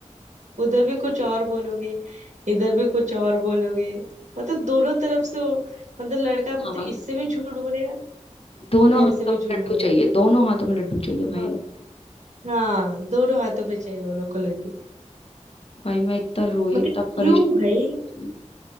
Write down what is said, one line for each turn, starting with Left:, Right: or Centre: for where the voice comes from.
Right: उधर भी कुछ और बोलोगे इधर भी कुछ और बोलोगे मतलब दोनों तरफ से हो मतलब लड़का मतलब
Left: हाँ
Right: इससे भी झूठ बोलेगा
Left: दोनों
Right: मेरे
Left: हाथों
Right: से भी
Left: में
Right: झूठ
Left: लड्डू
Right: बोलेगा
Left: चाहिए दोनों हाथों में लड्डू चाहिए भाई
Right: हाँ हाँ, दोनों हाथों पे चाहिए वो लोग को लड्डू
Left: भाई मैं इतना रोई
Right: मतलब
Left: इतना
Right: क्यों
Left: परेशान
Right: भाई
Left: हुई।